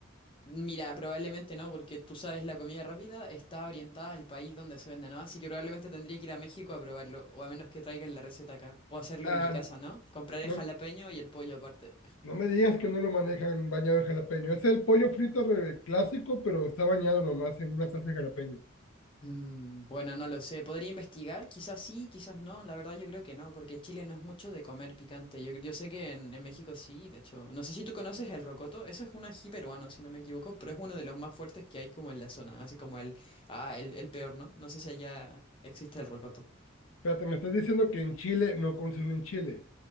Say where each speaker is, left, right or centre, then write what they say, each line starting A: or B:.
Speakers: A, on the left (about 25°); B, on the left (about 80°).
A: Mira, probablemente no, porque tú sabes, la comida rápida está orientada al país donde se vende, ¿no? Así que probablemente tendría que ir a México a probarlo, o a menos que traigan la receta acá, o hacerlo
B: Ah,
A: en mi casa, ¿no? Compraré
B: no,
A: jalapeño y el pollo aparte.
B: no me digas que no lo manejan bañado en jalapeño. Es el pollo frito re- clásico, pero está bañado nomás en una salsa de jalapeño.
A: Mm, bueno, no lo sé. ¿Podría investigar? Quizás sí, quizás no. La verdad yo creo que no, porque en Chile no es mucho de comer picante. Yo, yo sé que en, en México sí, de hecho. No sé si tú conoces el rocoto. Eso es un ají peruano, si no me equivoco, pero es uno de los más fuertes que hay como en la zona. Así como el... Ah, el, el peor, ¿no? No sé si allá existe el rocoto.
B: Espérate, me estás diciendo que en Chile no consumen chile.